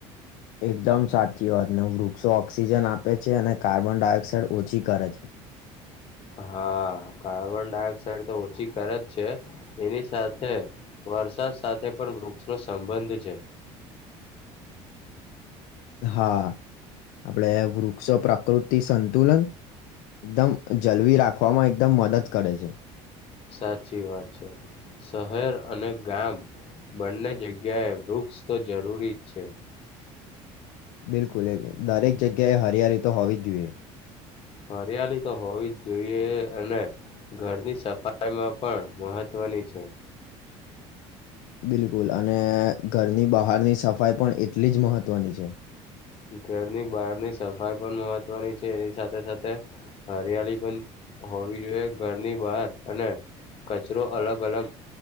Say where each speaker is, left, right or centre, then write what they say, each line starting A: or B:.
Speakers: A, on the left (about 75°); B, on the left (about 45°).
A: એકદમ સાચી વાતને વૃક્ષો ઓક્સિજન આપે છે અને કાર્બન ડાયોક્સાઇડ ઓછી કરે છે
B: હા કાર્બન ડાયોક્સાાઈડ તો ઓછી કરે જ છે એની સાથે વરસાદ સાથે પણ વૃક્ષનો સંબંધ છે
A: હા આપડે વૃક્ષો પ્રકૃતિ સંતુલન એકદમ જલવી રાખવામાં એકદમ મદદ કરે છે
B: સાચી વાત છે શહેર અને ગામ બંને જગ્યાએ વૃક્ષ તો જરૂરી જ છે
A: બિલકુલ એક દરેક જગ્યાએ હરિયાળી તો હોવી જ જોઈએ
B: હરિયાળી તો હોવી જ જોઈએ અને ઘરની સફાઈ લાયમાં પણ મહત્વની છે
A: બિલકુલ અને ઘરની બહારની સફાઈ પણ એટલી જ મહત્વની છે
B: ઘરની બહારની સફાઈ પણ મહત્વની છે એની સાથે સાથે સાથે હરિયાળી પણ હોવી જોઈએ ઘરની બહાર અને કચરો અલગ અલગ